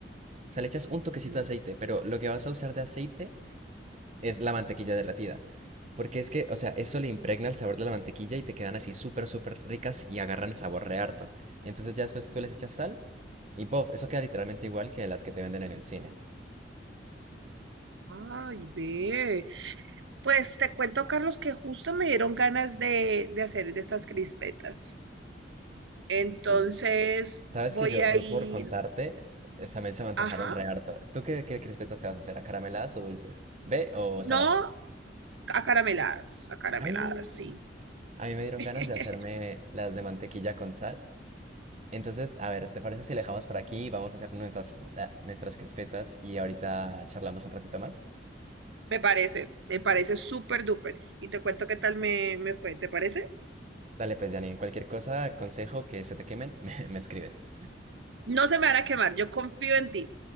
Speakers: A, on the right; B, on the right.
A: O sea, le echas un toquecito
B: Mm,
A: de aceite, pero lo que vas a usar de aceite es la mantequilla derretida. Porque es que, o sea, eso le impregna el sabor de la mantequilla y te quedan así súper, súper ricas y agarran sabor re harto. Y entonces ya después tú les echas sal y bof, eso queda literalmente igual que las que te venden en el cine.
B: Ay, ve. Pues te cuento, Carlos, que justo me dieron ganas de, de hacer de estas crispetas. Entonces
A: Sí. Sabes
B: voy
A: que yo,
B: a
A: yo
B: ir,
A: por contarte, es- también se me antojaron
B: ajá,
A: re harto. ¿Tú qué, qué crispetas te vas a hacer? ¿A carameladas o dulces? ¿Ve o
B: no
A: saladas?
B: acarameladas, acarameladas,
A: Ay,
B: sí.
A: a mí me dieron
B: <laughs>
A: ganas de hacerme las de mantequilla con sal. Entonces, a ver, ¿te parece si la dejamos por aquí? Vamos a hacer nuestras, ah, nuestras crispetas y ahorita charlamos un ratito más.
B: Me parece, me parece súper duper. Y te cuento qué tal me, me fue, ¿te parece?
A: Dale, pues, Janine, cualquier cosa, consejo que se te quemen, <laughs> me, me escribes.
B: No se me van a quemar, yo confío en ti.